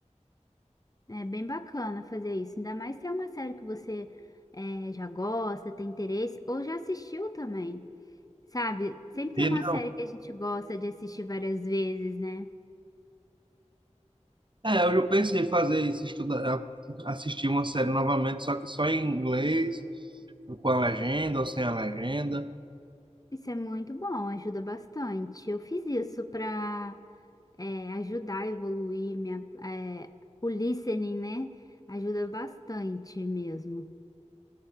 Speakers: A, on the left (about 30°); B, on the right (about 40°).
A: É bem bacana fazer isso, ainda mais se é uma série que você, é, já gosta, tem interesse, ou já assistiu também. Sabe, sempre tem
B: E,
A: uma
B: né,
A: série que a gente gosta de assistir várias vezes, né?
B: É, eu já pensei em fazer isso, estudar, é, assistir uma série novamente, só que só em inglês, com a legenda ou sem a legenda,
A: Isso é muito bom, ajuda bastante. Eu fiz isso para ajudar a evoluir minha, é, o listening, né? Ajuda bastante mesmo.